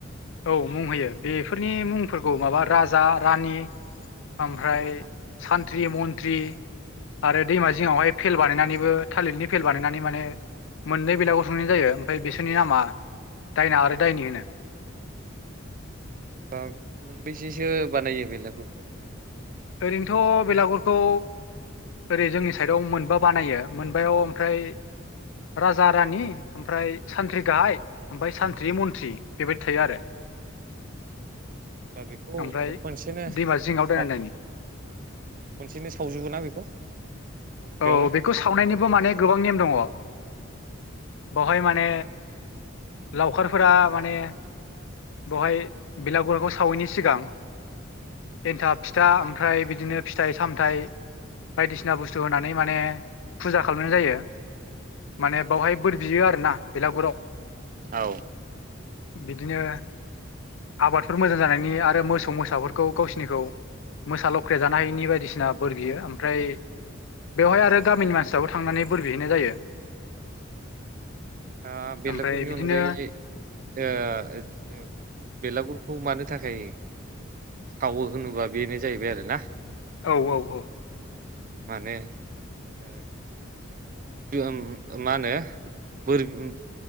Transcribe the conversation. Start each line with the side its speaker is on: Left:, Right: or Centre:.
Left: औ मुं होयो बेफोरनि मुंफोरखौ माबा राजा रानि
Right: अ
Left: ओमफ्राय
Right: अ
Left: सानथ्रि मन्थ्रि आरो दैमा जिङावहाय फेल बानायनानैबो थालिरनि फेल बानायनानै माने मोननै बेलागुर सावनाय जायो ओमफ्राय बिसोरनि नामा दायना आरो दायनि होनो
Right: बा मोनबेसेसो बानायो बेलागुरखौ होमबा
Left: ओरैनोथ' बेलागुरखौ ओरै जोंनि साइडआव मोनबा बानायो मोनबायाव ओमफ्राय राजा रानि ओमफ्राय सानथ्रि गाहाय ओमफफ्राय सानथ्रि मन्थ्रि बेबायदि थायो आरो
Right: होनबा बेखौ
Left: ओमफ्राय
Right: खसेनो ओ
Left: दैमा जिङाव
Right: साव
Left: दायना
Right: हम
Left: दायनि
Right: हम खनसेनो सावजोबो ना बेखौ? हरसेयावनो
Left: औ बेखौ सावनायनिबो माने गोबां नेम दङ
Right: हो हो
Left: बहाय माने लावखारफोरा माने बवहाय बेलागुराखौ सावैनि सिगां
Right: उम
Left: एन्थाब फिथा ओमफ्राय बिदिनो फिथाइ सामथाइ बायदिसिना बुस्थु स्थु होनानै माने फुजा खालामनाय जायो माने बेवहाय बोर बियो आरोना बेलागुराव
Right: औ
Left: बिदिनो आबादफोर मोजां जानायनि आरो मोसौ मोसाफोरखौ गावसिनिखौ मोसा लावख्राया जानो हायिनि बायदिसिना बोर बियो ओमफ्राय बेवहाय आरो गामिनि मानसिफ्राबो थांनानै बोर बिहैनाय जायो
Right: आ बेलागुरनि
Left: ओमफ्राय बिदिनो
Right: अनगायै ओ ओब बेलागुरखौ मानो थाखाय सावो होनोबा बेनो जाहैबाय आरो ना
Left: औ औ औ
Right: माने ओ बो ओम मा होनो बोर बि